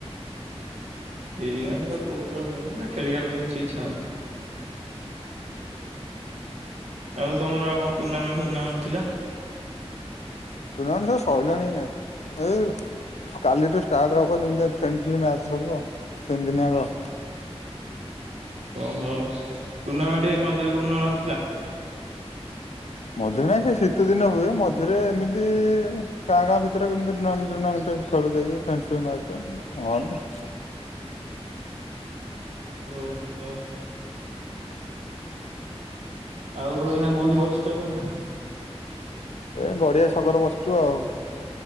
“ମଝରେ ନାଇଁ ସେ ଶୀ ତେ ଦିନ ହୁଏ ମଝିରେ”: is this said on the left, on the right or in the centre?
Left